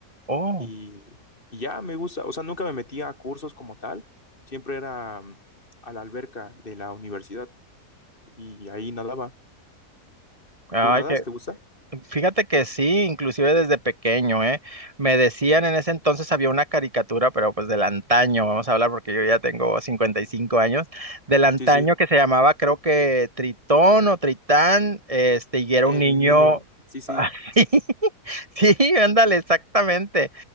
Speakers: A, on the right (about 25°); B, on the left (about 30°).
A: oh,
B: y, y ya me gusta, o sea, nunca me metí a cursos como tal, siempre era mm, a la alberca de la universidad y ahí nadaba.
A: ay,
B: ¿Tú nadas?
A: qué,
B: ¿Te gusta?
A: Fíjate que sí, inclusive desde pequeño, ¿eh? Me decían en ese entonces había una caricatura, pero pues del antaño, vamos a hablar porque yo ya tengo 55 años, del antaño
B: Sí, sí.
A: que se llamaba creo que Tritón o Tritán, este, y era
B: El
A: un niño,
B: niño, sí, sí.
A: <laughs> <laughs> Sí, ándale, exactamente.